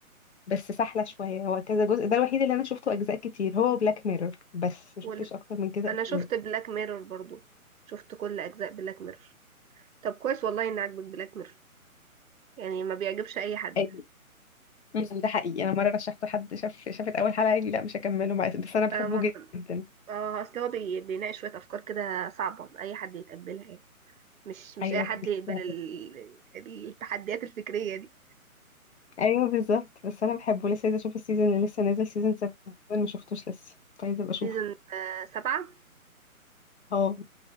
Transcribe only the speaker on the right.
وال...
انا شفت
بلاك ميرور برضو شفت كل اجزاء بلاك ميرور طب كويس والله ان عاجبك بلاك ميرور يعني ما بيعجبش اي حد
اه ما-
آه، اصل هو بي- بيناقش شويه افكار كده صعبه اي حد يتقبلها يعني مش مش
اي حد
يقبل
ال- التحديات الفكريه دي
سيزون آه، سبعة